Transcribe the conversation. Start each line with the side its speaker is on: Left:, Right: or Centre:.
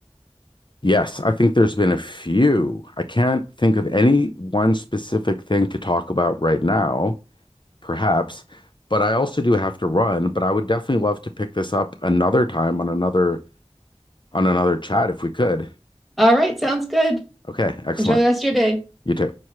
Left: Yes, I think there's been a few. I can't think of any one specific thing to talk about right now. perhaps. But I also do have to run, but I would definitely love to pick this up another time on another on another chat if we could.
Centre: All right, sounds good.
Left: Okay, excellent.
Centre: Enjoy the rest of your day.
Left: You too.